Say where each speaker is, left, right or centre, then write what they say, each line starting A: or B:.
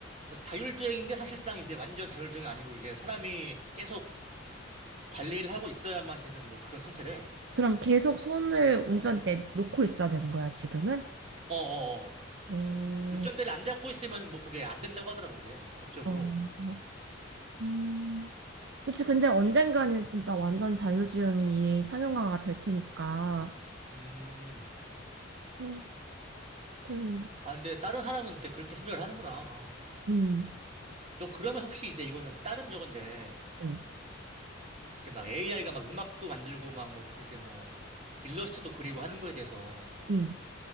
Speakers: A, on the right; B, on the right.
A: 그래서 자율주행인데 사실상 이제 완전 자율주행은 아니고 이제 사람이 계속 관리를 하고 있어야만 되는 뭐 그런 상태래.
B: 그럼 계속 손을 운전대 놓고 있어야 되는 거야, 지금은?
A: 어어어.
B: 어,
A: 운전대를 안 잡고 있으면 뭐 그게 안 된다고 하더라고, 그게. 법적으로.
B: 어, 음. 그치, 근데 언젠가는 진짜 완전 자율주행이 상용화가 될 테니까.
A: 음.
B: 어, 하여튼,
A: 아, 근데 다른 사람은 근데 그렇게 생각을 하는구나.
B: 음.
A: 너 그러면 혹시 이제 이거는 다른 저건데,
B: 어,
A: 이제 막 AI가 막 음악도 만들고 막 뭐, 그 이제 뭐, 일러스트도 그리고 하는 거에 대해서
B: 음,